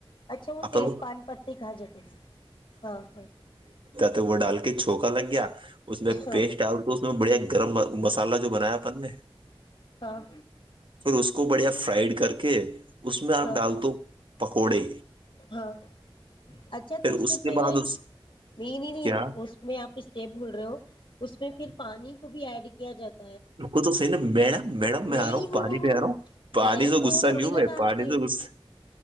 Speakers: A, on the left; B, on the right.
A: اچھا وہ
B: اپن
A: تیز
B: کو،
A: پان پتے کھا جاتے تسے ہاں ہاں
B: تو وہ ڈال کے چھوکا لگ گیا اس میں
A: ہاں
B: پیسٹ آ تو اس میں بڑھیا گرم مسالہ جو بنایا پن نے
A: ہاں
B: پھر اس کو بڑھیا فرائڈ کر کے اس میں آپ
A: ہاں
B: ڈال
A: ہاں
B: دو پکوڑے
A: ہاں اچھا
B: پھر
A: تو اس میں
B: کے
A: پہلے
B: بعد
A: نہیں
B: اس
A: نہیں نہیں
B: کیا
A: اس میں آپ اسٹیپ بھول رہے ہو اس میں پھر پانی کو بھی ایڈ کیا جاتا ہے
B: ان کو تو صی نا مڈم میڈم
A: نہیں
B: میں آ رہا ہوں
A: نہیں
B: پانی
A: نہیں
B: پ
A: نہیں
B: آ رہا ہوں پانی
A: ڈائریکٹ
B: سے
A: وہ
B: غصہ
A: تھوڑی
B: نہیںیوں
A: نا
B: ہے
A: ڈالتے
B: پانی
A: ہیں،
B: سے